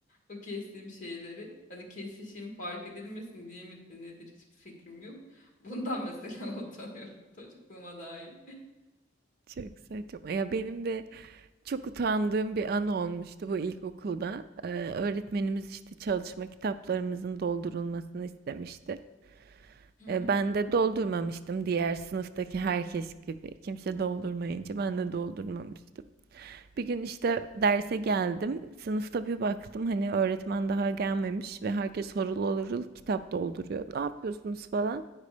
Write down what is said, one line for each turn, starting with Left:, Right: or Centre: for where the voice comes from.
Left: O kestiğim şeyleri. Hani kesişim fark edilmesin diye mi de nedir hiçbir fikrim yok. Bundan mesela <laughs> utanıyorum çocukluğuma dair.
Right: Çok saçma. Ya benim de Çok utandığım bir an olmuştu bu ilkokulda. Ee, öğretmenimiz işte çalışma kitaplarımızın doldurulmasını istemişti.
Left: Hı hı.
Right: Ee, ben de doldurmamıştım diğer sınıftaki herkes gibi. Kimse doldurmayınca ben de doldurmamıştım. Bir gün işte derse geldim. Sınıfta bir baktım hani öğretmen daha gelmemiş ve herkes horul horul kitap dolduruyor. Ne yapıyorsunuz falan.